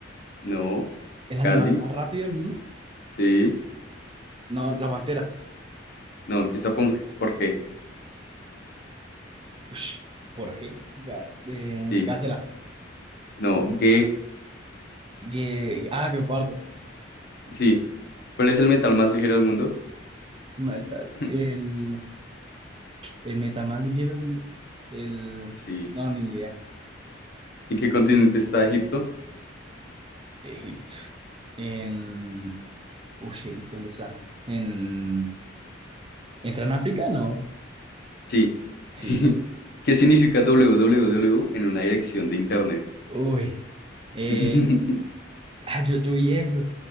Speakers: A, on the left (about 55°); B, on the right (about 30°).
A: no,
B: el animal
A: casi,
B: más rápido del mundo.
A: sí.
B: No, la pantera.
A: No, empieza por G. por G,
B: Ush. ¿Por qué? Ga- eh,
A: Sí.
B: gacela.
A: No, G.
B: Gue- ah, guepardo.
A: Sí. ¿Cuál es el metal más ligero del mundo?
B: El, ma- el, tal-
A: <laughs>
B: el el metal más ligero del mundo. El.
A: Sí.
B: No, ni idea.
A: ¿En qué continente está Egipto?
B: Egipto. En. Uy, Egipto, ¿dónde está? En. ¿Entra en África? No.
A: Sí.
B: Sí.
A: <laughs> ¿Qué significa www en una dirección de internet?
B: Uy. Eh,
A: <laughs>
B: Ah, yo, yo vi eso.